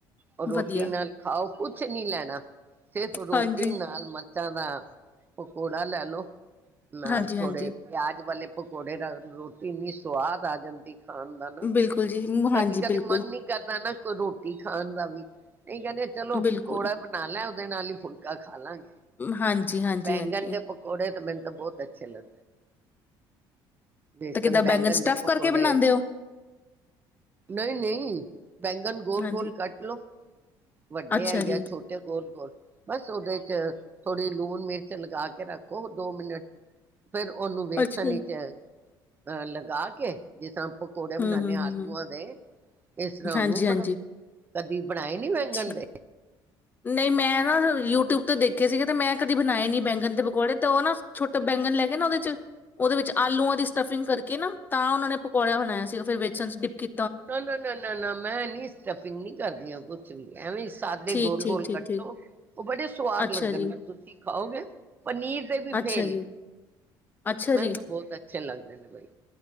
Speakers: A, on the right; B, on the left.
A: ਉਹ ਰੋਟੀ
B: ਵਧੀਆ
A: ਨਾਲ ਖਾਓ ਕੁਛ ਕੀ ਲੈਣਾ। ਸਿਰਫ ਰੋਟੀ
B: ਹਾਂਜੀ
A: ਨਾਲ ਮ ਮਿਰਚਾ ਦਾ ਪਕੌੜਾ ਲੈਲੋ ਨਾਲ
B: ਹਾਂਜੀ ਹਾਂਜੀ
A: ਥੋੜੇ ਪਿਆਜ ਵਾਲੇ ਪਕੌੜੇ ਦਾ ਰੋਟੀ ਇੰਨੀ ਸਵਾਦ ਆ ਜਾਂਦੀ। ਖਾਣ ਦਾ ਨਾ
B: ਬਿਲਕੁਲ ਜੀ ਹਾਂਜੀ
A: ਕਦੀ ਕਦੇ
B: ਬਿਲਕੁਲ
A: ਮਨ ਨੀ ਕਰਦਾ ਨਾ ਕੋ ਰੋਟੀ ਖਾਣ ਦਾ ਵੀ ਨਹੀਂ ਕਹਿੰਦੇ ਚਲੋ
B: ਬਿਲਕੁਲ
A: ਪਕੌੜਾ ਬਣਾ ਲੈ ਦੇ ਨਾਲ ਹੀ ਫੁਲਕਾ ਖਾ ਲਾਂਗੇ।
B: ਹਾਂਜੀ, ਹਾਂਜੀ
A: ਬੈਂਗਣ
B: ਹਾਂਜੀ
A: ਦੇ ਪਕੌੜੇ ਤੇ ਮੈਨੂੰ ਤਾਂ ਬਹੁਤ ਚੱਲੋ, ਬੇਸਣ
B: ਤਾਂ ਕਿੱਦਾਂ
A: ਬੈਂਗਣ
B: ਬੈਂਗਨ ਸਟਫ
A: ਦੇ ਪਕੌੜੇ
B: ਕਰਕੇ ਬਣਾਉਂਦੇ ਹੋ
A: ਨਹੀਂ-ਨਹੀ, ਬੈਂਗਣ ਗੋਲ
B: ਹਾਂਜੀ
A: ਗੋਲ ਕੱਟ ਲੋੋ ਵੱਡੇ
B: ਅੱਛਾ
A: ਹੈ ਜਾਂ
B: ਜੀ
A: ਛੋਟੇ ਗੋਲ-ਗੋਲ, ਬਸ ਉਹਦੇ ਚ ਥੋੜੀ ਲੂਣ ਮਿਰਚ ਲਗਾ ਕੇ ਰੱਖੋ ਦੋ ਮਿੰਟ ਫਿਰ ਉਹਨੂੰ ਵੇਸਣ
B: ਅੱਛਾ ਜੀ
A: ਚ ਅਹ ਲਗਾ ਕੇ ਜਿਸ ਤਾਂ ਪਕੌੜੇ ਬਨਾਨੇ
B: ਹੂੰ ਹੂੰ
A: ਆ ਆਲੂਆਂ
B: ਹੂੰ
A: ਦੇ ਇਸ ਤਰ੍ਹਾਂ ਉਹਨੂੰ
B: ਹਾਂਜੀ
A: ਬਣਾ
B: ਹਾਂਜੀ
A: ਕਦੀ ਬਣਾਏ ਨੀ ਬੈਗਣ
B: ਠੀਕ।
A: ਦੇ
B: ਨਹੀਂ ਮੈਂ ਨਾ ਯੂਟਿਊਬ ਤੇ ਦੇਖੇ ਸੀਗੇ ਤੇ ਮੈਂ ਕਦੀ ਬਣਾਏ ਨੀ ਬੈਂਗਣ ਦੇ ਪਕੌੜੇ ਤੇ ਉਹ ਨਾ ਛੋਟਾ ਬੈਂਗਨ ਲੈ ਕੇ ਨਾ ਉਹਦੇ ਚ ਉਹਦੇ ਵਿੱਚ ਆਲੂਆਂ ਦੀ ਸਟੱਫਿੰਗ ਕਰਕੇ ਨਾ ਤਾਂ ਉਹਨਾਂ ਨੇ ਪਕੌੜਾ ਬਣਾਇਆ ਸੀਗਾ ਫਿਰ ਵੇਸਣ ਚ ਡਿਪ ਕੀ
A: ਨਾ- ਨਾ- ਨਾ- ਨਾ-ਨਾ ਮੈਂ ਨੀ ਸਟੱਫਿੰਗ ਨੀ ਕਰਦੀ ਹਾਂ ਕੁ ਐਵੇਂ ਸੀ। ਸਾਦੇ
B: ਠੀਕ
A: ਗੋਲ
B: ਠੀਕ
A: ਗੋਲ ਕੱਟੋ,
B: ਠੀਕ ਠੀਕ
A: ਉਹ ਬੜੇ ਸੁਵਾਦ
B: ਅੱਛਾ
A: ਲੱਗਣਗੇ
B: ਜੀ,
A: ਤੁਸੀਂ ਖਾਓਗੇ ਪਨੀਰ ਦੇ ਵੀ
B: ਅੱਛਾ
A: ਫੇਲ
B: ਜੀ, ਅੱਛਾ
A: ਮੈਨੂੰ
B: ਜੀ,
A: ਤਾਂ ਬਹੁਤ ਅੱਛੇ ਲੱਗਦੇ ਨੇ ਬਈ